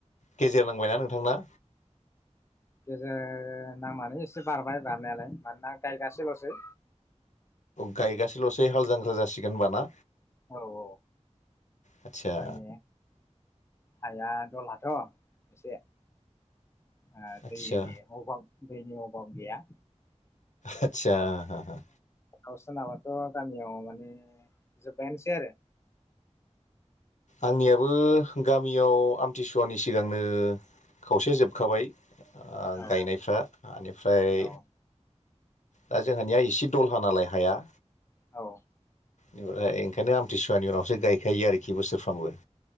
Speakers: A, on the left (about 80°); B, on the left (about 20°).
A: गेजेर नांबायना नोंथांना?
B: गेजेर नांनानै एसे बारबाय बारनायालाय मानोना गायगासेल'सै।
A: गायगासेल'सै हाल जांख्रा जासिगोन होनबा ना?
B: औ औ
A: आथसा
B: माने हाया दलाथ' एसे ओ
A: आदसा
B: दैनि अभाब दैनि अभाब गैया।
A: आतसा हा हा
B: गाव सोनाबाथ' गामियाव माने जोब्बायानोसै आरो
A: आंनियाबो गामियाव आमथिसुवानि सिगांनो खावसे जोबखाबाय ओ
B: आरो औ
A: गायनायफ्रा आनिफ्राय
B: औ
A: दा जोंहानिया इसे दलहा नालाय हाया
B: औ।
A: बेनिफ्राय ओंखायनो आमथिसुवानि उनावसो गायखायो आरोखि बोसोरफ्रामबो।